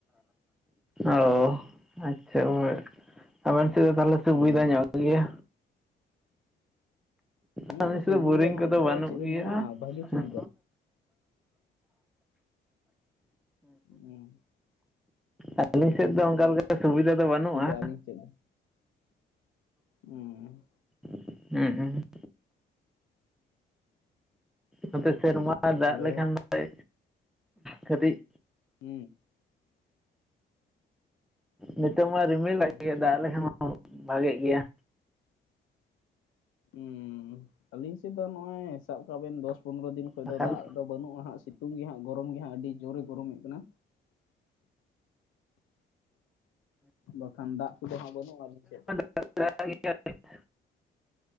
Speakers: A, in the centre; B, on the left (about 80°).
A: ᱚᱻ ᱟᱪᱪᱷᱟ ᱚᱣᱮ ᱟᱵᱮᱱ ᱥᱮᱫ ᱫᱚ ᱛᱟᱦᱞᱮ ᱥᱩᱵᱤᱫᱟ
B: ᱦᱩᱸ
A: ᱧᱚᱜ ᱜᱮᱭᱟ᱾
B: ᱦᱩᱸ
A: ᱟᱞᱮ ᱥᱮᱫ
B: ᱥᱩᱵᱤᱫᱟ
A: ᱫᱚ ᱵᱳᱨᱤᱝ
B: ᱧᱚᱜ
A: ᱠᱚᱫᱚ
B: ᱫᱚ
A: ᱵᱟᱹᱱᱩᱜ
B: ᱪᱮᱜ ᱵᱮᱱ
A: ᱜᱮᱭᱟ
B: ᱢᱮᱱᱟ ᱵᱷᱟᱜᱤ
A: ᱦᱮᱸ
B: ᱥᱩᱵᱤᱫᱟ᱾ ᱦᱩᱸ
A: ᱟᱹᱞᱤᱧ ᱥᱮᱫ ᱫᱚ ᱚᱱᱠᱟ ᱞᱮᱠᱟ ᱥᱩᱵᱤᱫᱷᱟ ᱫᱚ ᱵᱟᱹᱱᱩᱜᱼᱟ,
B: ᱟᱞᱤᱧ ᱥᱮᱫ ᱫᱚ᱾ ᱩᱸ᱾
A: ᱩᱸ ᱩᱸ᱾ ᱱᱚᱛᱮ ᱥᱮᱨᱢᱟ
B: ᱛᱟᱦᱚᱞᱮ
A: ᱫᱟᱜ ᱞᱮᱠᱷᱟᱱ ᱫᱚᱭ ᱠᱟᱹᱴᱤᱡ
B: ᱦᱩᱸ᱾
A: ᱱᱤᱛᱚᱜ ᱢᱟᱭ ᱨᱤᱢᱤᱞᱮᱜ
B: ᱦᱩᱸ
A: ᱜᱮᱭᱟ
B: ᱟᱪᱪᱷᱟ
A: ᱫᱟᱜ ᱞᱮᱠᱷᱟᱱ ᱢᱟ ᱵᱷᱟᱜᱮᱜ ᱜᱮᱭᱟ᱾
B: ᱩᱸᱻ ᱟᱹᱞᱤᱧ ᱥᱮᱫ ᱫᱚ ᱱᱚᱸᱜᱼᱚᱭ ᱥᱟᱵ ᱠᱟᱜ ᱵᱤᱱ ᱫᱚᱥ ᱯᱚᱱᱨᱚ ᱫᱤᱱ ᱠᱷᱚᱡ
A: ᱵᱟᱠᱷᱟᱱ
B: ᱫᱚ ᱫᱟᱜ ᱫᱚ ᱵᱟᱹᱱᱩᱜᱼᱟ ᱦᱟᱸᱜ ᱥᱤᱛᱩᱝ ᱜᱮ ᱦᱟᱸᱜ ᱜᱚᱨᱚᱢ ᱜᱮ ᱦᱟᱸᱜ ᱟᱹᱰᱤ ᱡᱳᱨᱮ ᱜᱚᱨᱚᱢᱮᱜ ᱠᱟᱱᱟ᱾ ᱵᱟᱠᱷᱟᱱ ᱫᱟᱜ ᱠᱚᱫᱚ ᱦᱟᱸᱜ ᱵᱟᱹᱱᱩᱜᱼᱟ ᱥᱮ ᱪᱮᱫ?
A: <unintelligible>